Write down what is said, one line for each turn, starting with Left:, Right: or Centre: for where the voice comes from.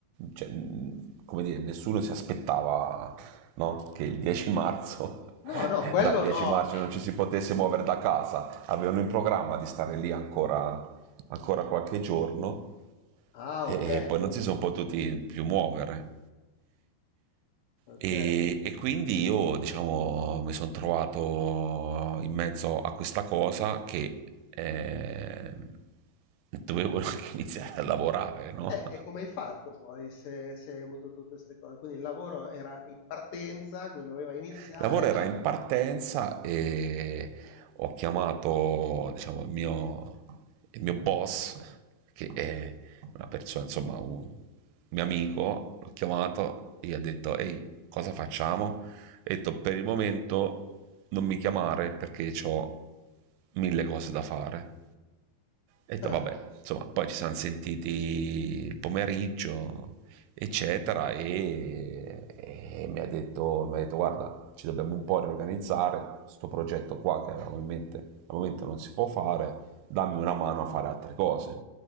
Right: cioè, mh, come dire, nessuno si aspettava, no? Che il 10 marzo,
Left: no, no,
Right: <laughs>
Left: quello
Right: dal 10
Left: no.
Right: marzo non ci si potesse muovere da casa. Avevano in programma di stare lì ancora, ancora qualche giorno
Left: Ah,
Right: e,
Left: ok.
Right: e poi non si sono potuti più muovere.
Left: Ok.
Right: E,
Left: Ok.
Right: e quindi io, diciamo, mi sono trovato in mezzo a questa cosa che eh, dovevo <laughs> anche iniziare a lavorare, no?
Left: Eh, e come hai fatto poi se, se hai avuto tutte queste cose? Quindi il lavoro era in partenza, quindi doveva iniziare.
Right: Il lavoro era in partenza e ho chiamato diciamo, il, mio, il mio boss, che è una persona, insomma, un mio amico, l'ho chiamato e gli ho detto, ehi, cosa facciamo? E ho detto, per il momento non mi chiamare perché ho mille cose da fare e ho detto,
Left: Ah.
Right: vabbè, insomma, poi ci siamo sentiti il pomeriggio, eccetera, e, e mi, ha detto, mi ha detto, guarda, ci dobbiamo un po' riorganizzare, sto progetto qua che avevamo in mente al momento non si può fare, dammi una mano a fare altre cose.